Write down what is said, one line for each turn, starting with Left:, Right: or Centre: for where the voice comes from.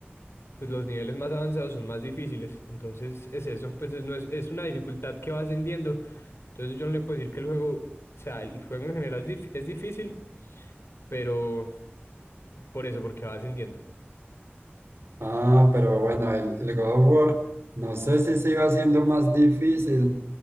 Left: pues los niveles más avanzados son más difíciles. Entonces es eso, pues es, no es, es una dificultad que va ascendiendo. Entonces yo no le puedo decir que el juego, o sea, el juego en general es dif- es difícil, pero por eso, porque va ascendiendo.
Right: Ah, pero bueno, el, el God of War, no sé si se iba haciendo más difícil,